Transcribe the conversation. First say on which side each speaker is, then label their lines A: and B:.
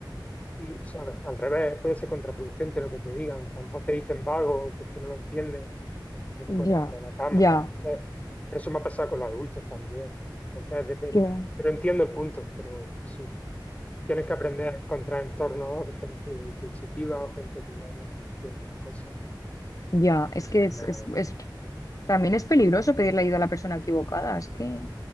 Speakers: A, on the left; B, on the left.
A: Y, ¿sabes? Al revés, puede ser contraproducente lo que te digan. A lo mejor te dicen vago porque no lo entiendes, no te
B: Ya,
A: puedes levantar de la cama.
B: ya.
A: Entonces, pero eso me ha pasado con los adultos también, entonces depende.
B: Que-
A: Pero entiendo el punto, pero sí, Tienes que aprender a encontrar entornos de gente sensitiva o gente que vaya viendo cosas.
B: Ya, es que
A: La misma-
B: es, es- es- también es peligroso pedirle ayuda a la persona equivocada. Es que